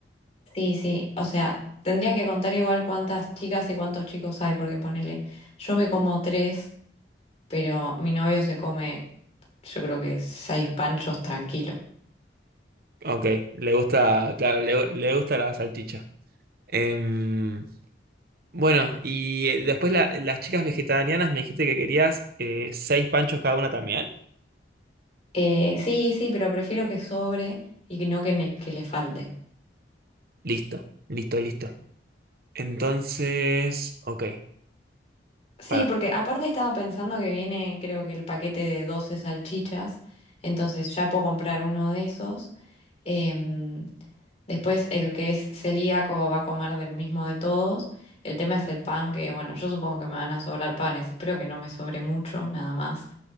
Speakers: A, on the left; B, on the right.
A: Sí, sí. O sea, tendría que contar igual cuántas chicas y cuántos chicos hay, porque ponele, yo me como tres, pero mi novio se come, yo creo que seis panchos tranquilo.
B: Ok, le gusta, claro, le, le gusta la salchicha. Em, bueno, y eh, después la- las chicas vegetarianas me dijiste que querías eh, seis panchos cada una también.
A: Eh, sí, sí, pero prefiero que sobre y que no que, ne- que le falte.
B: Listo, listo, listo. Entonces, ok,
A: Sí,
B: para,
A: porque aparte estaba pensando que viene, creo que el paquete de 12 salchichas, entonces ya puedo comprar uno de esos. Em, después el que es celíaco va a comer del mismo de todos. El tema es el pan, que bueno, yo supongo que me van a sobrar panes, espero que no me sobre mucho, nada más.